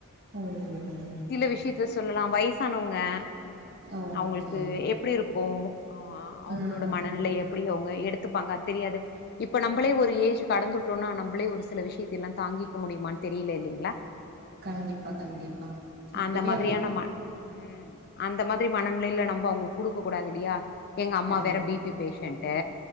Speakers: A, on the right; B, on the left.
A: ம்
B: சில விஷ்யத்த சொல்லலா வயசானவங்க ம்
A: ஓகே
B: அவ்ங்களுக்கு இப் எப்படி இருக்கோ அ அவங்களோட
A: ம்
B: மனநிலை எப்படி அவங்க எடுத்துப்பாங்க தெரியாது இப்ப நம்பளே ஒரு ஏஜ் கடந்துட்டோனா நம்பளே ஒரு சில விஷயத்தல்லா தாங்கி க்கு முடியுமான் தெரியில இல்லைங்களா
A: கண்டிப்பா கண்டிப்பா இப்பவே
B: அந்த மாதிரியான
A: அப்டி
B: ம ம் அந்த மாதிரி மனநிலயில நம்ம அவங்களுக்கு கொடுக்க கூடாது இல்லியா எங்க அம்மா
A: கண்
B: வேற பிபி பேஷண்ட்டு